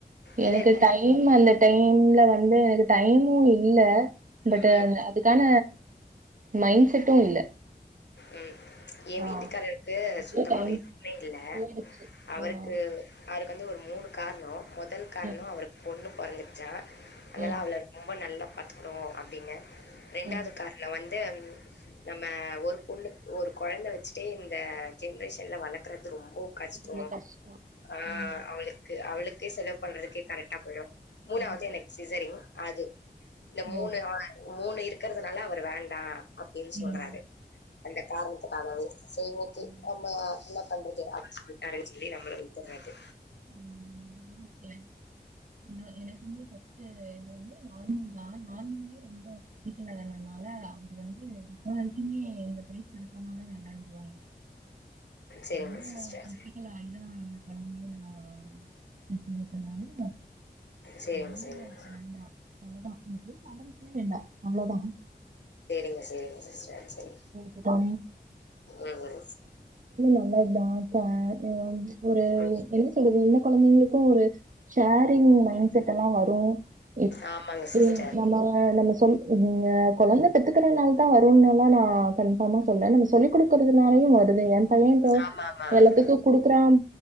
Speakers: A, on the left; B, on the right.
A: இல்ல
B: எனக்கு
A: இல்ல
B: டைம் அந்த டைம்ல வந்து எனக்கு டைமும் இல்ல பட்
A: ம்,
B: அதுக்கான மைண்ட் செட்டும் இல்ல
A: உம் ஏ
B: ஆ
A: வீட்டுக்காரருக்கு
B: அப்டியே
A: சுத்தமா
B: டைம்
A: வேர்க்கவே இல்ல
B: போயிடுச்சு
A: அவருக்கு
B: ம்
A: அ வருக்கு வந்து ஒரு மூணு காரணம் மொதல் காரணொ
B: ம்
A: அவருக்கு பொண்ணு பொறந்துருச்சா அனால
B: ம்
A: அவள ரொம்ப நல்ல பாத்துக்குறோ அப்டின்னு ரெண்டாது
B: ம்.
A: கார்ல வந் து நம் ம ஒரு பொண்ணுக் ஒரு கொழந்த வெச்சுட்டே இந்த ஜென்ரேஷன்ல வளக்க்குற து ரொம்ப கஷ்டொ
B: ரொம்ப கஷ்டோ
A: ஆ
B: ம்
A: அவளுக்கு அவளு கு செலவு பண்றதுக்கே கரெக்டா போயிடு மூணாவது
B: ம்.
A: எனக்கு சிசரின் அது இந்த மூணு
B: ஓ
A: ஆல் மூணு இருக்கிறதுனால அவரு வேண்டா அப்டின் சொல்றாரு
B: ம்
A: அந்த காரணத்துக்காகவே செய்வது
B: ம்
A: ஆமா ந பண்றது <unintelligible> சொல்லி நம்மள விட்டுர்றது
B: உம் எ எனக்குமே ஃபஸ்ட்டு வந்து நார்மல் தா நார்மல்தா ரொம்ப கிரிட்டிகல் ஆனால் அ து வந்து இது வரைக்குமே இந்த பேச்சி எடுத்தோனாலே வேணான்டுருவாங்க
A: சரிங்க
B: ரொம்ப
A: சிஸ்டர்
B: க்ரிட்டிக்கல் ஆய்தா அந்த கொழந்தையே நா பெத்தெடுத்தே நானு
A: சரிங்க
B: ரொம்ப
A: சரிங்க
B: வேண்டா அவ்ளதா கேக்க ஆரம்மிக்கவே வேண்டா அவ்ளதா
A: <unintelligible>
B: <inaudible>
A: சரி
B: ட்டது
A: ம் ம்.
B: நல்லது தா <unintelligible> ஒரு
A: ம்.
B: என்ன சொல்றது என்ன கொழந்தைங்களுக்கு ஒரு ஷேரிங் மைண்செட்டெல்லா வரு இப்
A: ஆமாங்க சிஸ்டர்
B: இ‌ நம்ம நம்ம சொல் நீங்க கொழந்த பெத்துக்குறனால் வருனெல்லா நா கன்ஃபாமா சொல்ல நம்ம சொல்லி கொடுக்கறதுனாலையு வருது என் பைய இப்ப
A: ஆமா ஆமா
B: எல்லாத்துக்கு குடுக்குறா